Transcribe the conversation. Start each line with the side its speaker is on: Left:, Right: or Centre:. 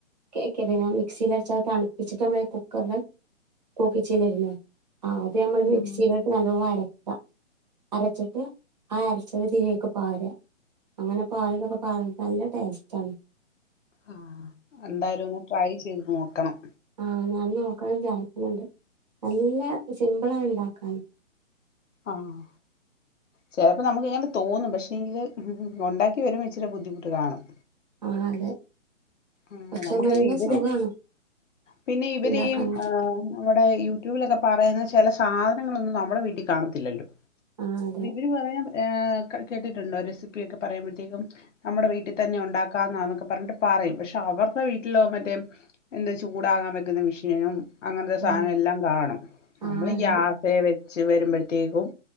Right: കേക്കെ പിന്നെ മിക്സിൽ അടച്ച അത് തണുപ്പിച്ചിട്ട് നമ്മൾ കുക്കറിൽ കൂക്കിച്ചൽരുന്നു ആ അത് നമ്മള്
Left: ഉം
Right: മിക്സിയിലിട്ട് നല്ലോണം അരക്ക അരച്ചിട്ട് ആ അരച്ച തിലേക്ക് പകരുക അങ്ങനെ പകരുമ്മ പാ നല്ല ടേസ്റ്റ് ആണ്
Left: ആഹ് എന്തായാലും ഒന്ന് ട്രൈ ചെയ്ത് നോക്കണം
Right: ആഹ് ഞാൻ നോക്കാന്ന് വിചാരിക്കുന്നുണ്ട് നല്ല സിമ്പിള ആണ് ഉണ്ടാക്കാൻ
Left: ആഹ് ചിലപ്പോ നമുക്ക് ഇങ്ങനെ തോന്നും പക്ഷെങ്കില് ഉണ്ടാക്കി വരുമ്പോൾ ഇച്ചിരി ബുദ്ധിമുട്ട് കാണും
Right: ആഹ് അതെ
Left: ആഹ്
Right: പക്ഷെ
Left: മുക്ക്
Right: നല്ല
Left: ഇവരെ
Right: സുഖാണ്
Left: പിന്നെ ഇവരെയും
Right: ഉണ്ടാക്കാനായിട്ട്
Left: ആഹ് നമ്മുടെ യൂട്യൂബിലൊക്കെ പറയുന്ന ചില സാധനങ്ങളൊന്നും നമ്മുടെ വീട്ടിൽ കാണത്തില്ലല്ലോ
Right: ആ അതെ
Left: ഇർ പറയാൻ കേട്ടിട്ടുണ്ടോ റെസിപ്പിയ ഒക്കെ പറയുമ്പോഴത്തേക്കും നമ്മുടെ വീട്ടിൽ തന്നെ ഉണ്ടാക്കാന്നൊക്കെ പറഞ്ഞിട്ട് പറയും പക്ഷെ അവരുടെ വീട്ടില മറ്റേ എന്താ ചൂടാകാൻ വെക്കുന്ന മെഷീനും അങ്ങനത്തെ സാധനം
Right: ആ
Left: എല്ലാം കാണും നമ്മള്
Right: ആ അതെ
Left: ഗ്യാസേവെ വച്ച് വരുമ്പോഴത്തേക്കും